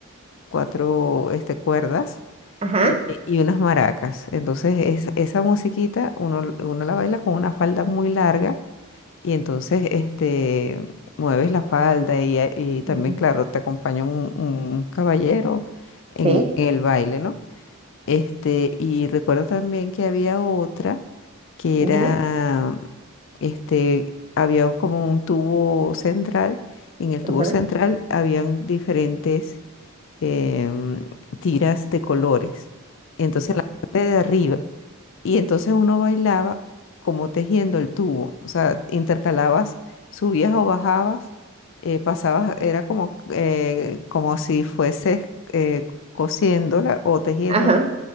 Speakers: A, on the left; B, on the right.
A: cuatro este, cuerdas
B: ajá.
A: eh, y unas maracas. Entonces es- esa musiquita uno, uno la baila con una falda muy larga y entonces este, mueves la falda y, y también,
B: Ujú,
A: claro, te acompaña un, un caballero en,
B: Sí,
A: en el baile, ¿no? Este, y recuerdo también que había otra que
B: ujú.
A: era, este, había como un tubo central. En el
B: ajá.
A: tubo central habían diferentes em, tiras de colores. Entonces, en la parte de arriba. Y entonces uno bailaba como tejiendo el tubo. O sea, intercalabas, subías o bajabas, eh, pasabas, era como, eh, como si fueses eh, cosiéndola o tejiendo
B: Ah, ajá.